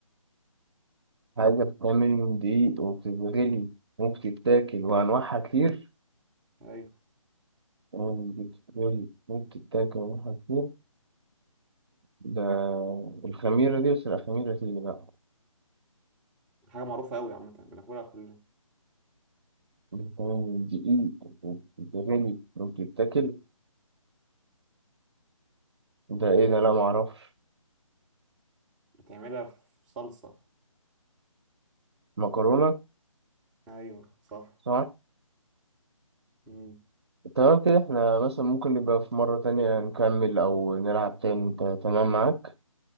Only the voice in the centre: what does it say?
أيوة
حاجة معروفة أوي عامة بناكلها كلنا
بتعملها في صلصة
أيوة صح
مم.